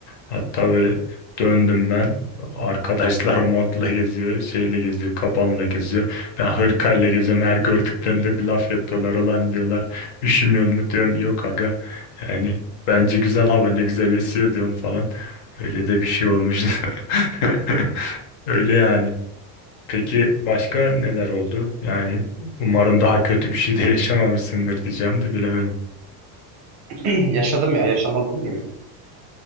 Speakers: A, on the left; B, on the right.
A: hatta böyle döndüm ben arkadaşlar <laughs> montla geziyor şeyle geziyor kabanla geziyor ben hırkayla geziyorum her gördüklerinde bir laf yapıyorlar ulan diyorlar üşümüyor mu diyorum yok aga yani Bence güzel hava ne güzelleşiyor diyorum falan. Öyle de bir şey olmuş. <laughs> Öyle yani. Peki başka neler oldu? Yani umarım daha kötü bir şey de yaşamamışsındır diyeceğim de bilemedim.
B: <clears throat> Yaşadım ya yaşamaz olur mu?